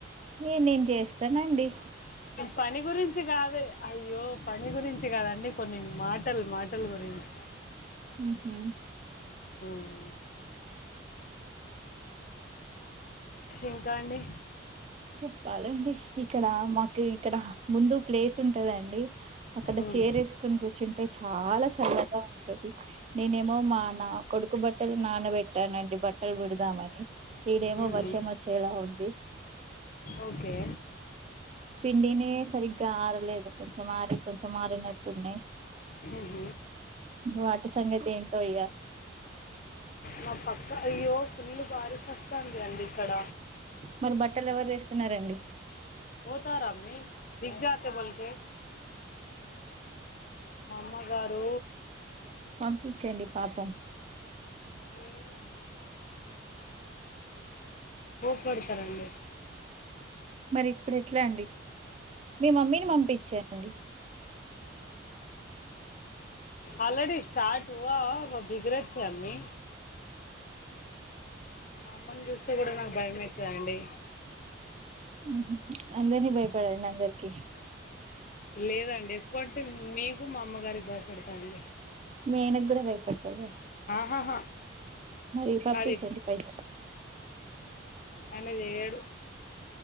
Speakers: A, on the right; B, on the left.
A: ఏ నేను చేస్తనండి.
B: పని గురించి కాదు అయ్యో. పని గురించి కాదండి, కొన్ని మాటలు మాటల గురించి.
A: ఉహ్.
B: ఉమ్. ఇంకా అండి.
A: చెప్పాలండి ఇక్కడ మాకు ఇక్కడ ముందు ప్లేస్ ఉంటందండి. అక్కడ
B: ఉమ్.
A: చేర్ ఎసుకొని కూర్చుంటే చాలా చల్లగా ఉంటది. నేనేమో మా నా కొడుకు బట్టలు నానబెట్టానండి బట్టలు పిండుదాం అని. ఇడేమో
B: ఉహు.
A: వర్షం వచ్చేలా ఉంది.
B: ఓకే.
A: పిండినయే సరిగ్గా ఆరలేదు కొంచెం ఆరి, కొంచెం ఆరనట్టు ఉన్నయి.
B: హ్మ్
A: వాటి సంగతి ఏంటో ఇగ.
B: మా పక్క అయ్యో ఫుల్ బారిష్ అస్తంది అండి ఇక్కడ.
A: మరి బట్టలు ఎవరు తెస్తున్నరండి?
B: బోత్ఆరా అమ్మీ బిగ్ జాతే బోల్కే. మా అమ్మగారు
A: పంపించండి పాపం.
B: లేదండి. కోప్పడతారండి
A: మరి ఇప్పుడు ఎట్లా అండి మీ మమ్మీని పంపించేయండి
B: ఆల్రెడీ స్టార్ట్ ఉ హ బిగురితేయండి మా అమ్మని చూస్తే కూడా నాకు భయ మవుతుదండి
A: ఉహు అందరినీ భయపడడి అందరికి
B: లేదండి ఎక్కువ అంటే మీకు మా అమ్మగారికి భయపడతానండి
A: మీ ఆయన కూడా భయపడతవ
B: ఆహాహా
A: మరి పప్పించండి
B: అది
A: పైకి
B: ఆయన చేయడు